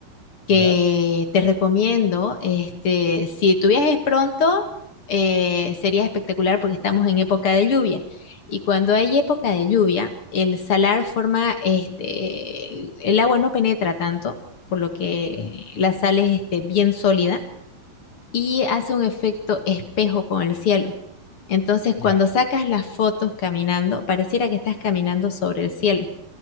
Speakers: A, on the left; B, on the left.
A: que
B: ¿Ya?
A: te recomiendo. Este, si tú viajes pronto, eh, sería espectacular porque estamos en época de lluvia. Y cuando hay época de lluvia, el salar forma, este, el agua no penetra tanto, por lo que
B: Ujú.
A: la sal es este, bien sólida y hace un efecto espejo con el cielo. Entonces, cuando
B: Ya.
A: sacas las fotos caminando, pareciera que estás caminando sobre el cielo.